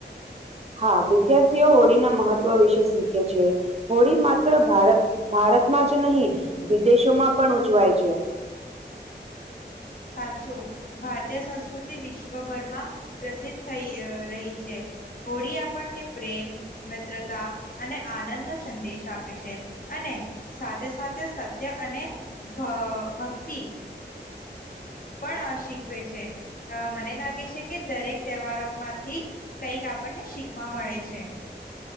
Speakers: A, on the right; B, on the left.
A: હ. હા વિદ્યાર્થીઓ હોળીના મહત્વ વિશે શીખે છે હોળી માત્ર ભારત. ભારતમાં જ નહીં વિદેશોમાં પણ ઉજવાય છે.
B: સાચું ભારતીય સંસ્કૃતિ વિશ્વભરમાં પ્રસિદ્ધ થઈ રહી છે. હોળી આપણને પ્રેમ મિત્રતા અને આનંદ નો સંદેશ આપે છે. અને સાથે સાથે સત્ય અને ભક્તિ. પણ શીખવે છે મને લાગે છે કે દરેક. તહેવારો માંથી કઈક આપણને શીખવા મળે છે.